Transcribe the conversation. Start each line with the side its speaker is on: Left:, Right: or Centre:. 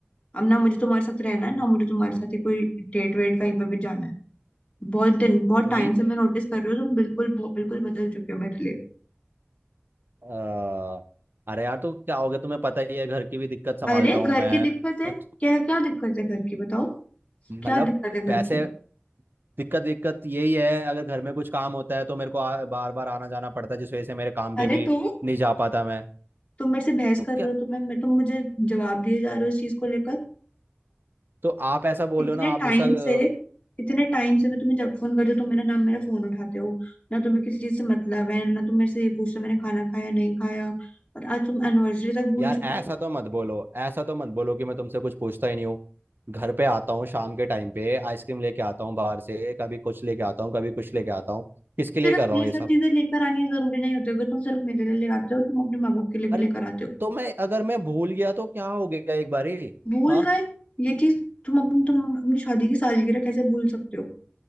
Left: अब ना मुझे तुम्हारे साथ रहना है ना मुझे तुम्हारे साथ ही कोई डेट वेट कहीं पे भी जाना है बहुत दिन बहुत
Right: ठीक
Left: टाइम से मैं नोटिस कर रही हूँ तुम बिल्कुल बहु- बिल्कुल बदल चुके हो मेरे लिए
Right: अ, अरे यार तो क्या हो गया तुम्हें पता ही है घर की भी दिक्कत संभालता
Left: अरे घर
Right: हूँ मैं
Left: की दिक्कत है
Right: और
Left: क्या क्या दिक्कत है घर की बताओ
Right: मतलब
Left: क्या दिक्कत है घर
Right: पैसे
Left: की
Right: दिक्कत दिक्कत यही है अगर घर में कुछ काम होता है तो मेरे को आ, बार बार आना जाना पड़ता है जिस वजह से मेरे काम पे
Left: अरे
Right: भी
Left: तो
Right: नहीं जा पाता मैं
Left: तुम मेरे से बहस
Right: तो
Left: कर
Right: क्या
Left: रहे हो तुम मैं, तुम मुझे जवाब दिए जा रहे हो इस चीज को लेकर
Right: तो आप ऐसा बोल
Left: इतने
Right: रहे हो ना आप
Left: टाइम
Right: गुस्सा अ,
Left: से इतने टाइम से मैं तुम्हें जब फोन करती हूँ तुम मेरा नाम मेरा फोन उठाते हो ना तुम्हें किसी चीज से मतलब है ना तुम मेरे से ये पूछते हो मैंने खाना खाया नहीं खाया और आज तुम एनिवर्सरी तक भूल
Right: यार
Left: चुके
Right: ऐसा
Left: हो
Right: तो मत बोलो ऐसा तो मत बोलो कि मैं तुमसे कुछ पूछता ही नहीं हूँ घर पे आता हूँ शाम के टाइम पे आइसक्रीम लेके आता हूँ बाहर से कभी कुछ लेके आता हूँ कभी कुछ लेके आता हूँ किसके
Left: सिर्फ
Right: लिए कर रहा
Left: ये
Right: हूँ
Left: सब
Right: ये सब
Left: चीजें लेकर आनी है जरूरी नहीं होती अगर तुम सिर्फ मेरे लिए ले आते हो तुम अपने माँ बाप के लिए
Right: अरे
Left: भी
Right: तो,
Left: लेकर आते हो
Right: तो मैं अगर मैं भूल गया तो क्या हो गया एक बारी
Left: भूल
Right: हाँ
Left: गए ये चीज तुम अपनी तुम अपनी शादी की सालगिरह कैसे भूल सकते हो